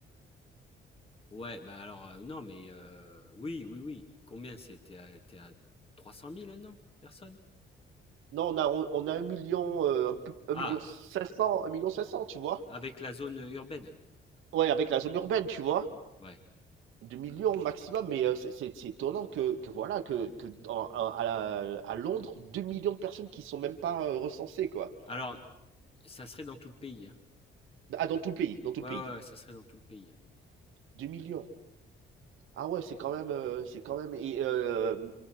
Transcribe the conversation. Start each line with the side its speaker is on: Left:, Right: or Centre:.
Left: Ouais, ouais bah alors euh, non, mais euh, oui, oui, oui. Combien c'était à, t'es à 300 000, non? personnes
Right: Non, on a, on a un million, euh, un peu- un
Left: Ah,
Right: million 500, 1 million 500, tu vois.
Left: Avec la zone, urbaine?
Right: Ouais, avec la zone urbaine, tu vois.
Left: Ouais.
Right: deux millions au maximum, mais euh, c'est c'est- c'est étonnant que, que voilà, que, que dans- à, à la- à Londres, 2 millions de personnes qui sont même pas euh, recensées, quoi.
Left: Alors, ça serait dans tout le pays, hein.
Right: Ah, dans tout le pays, dans tout
Left: Ouais,
Right: le pays.
Left: ouais, ouais, ça serait dans tout le pays, hein.
Right: deux millions. Ah ouais, c'est quand même, euh, c'est quand même. Et, euh,